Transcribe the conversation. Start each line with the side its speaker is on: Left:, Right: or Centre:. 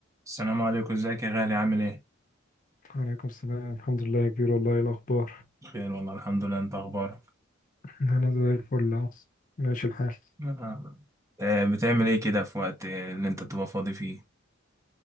Right: السلام عليكم ازيك يا غالي عامل ايه؟
Left: وعليكم السلام الحمد لله يا كبير والله إيه الأخبار
Right: بخير والله الحمد لله انت اخبارك؟
Left: أنا زي الفل أهو ماشي الحال
Right: آه. آه، بتعمل ايه كده في وقت آه، اللي انت بتبقى فاضي فيه؟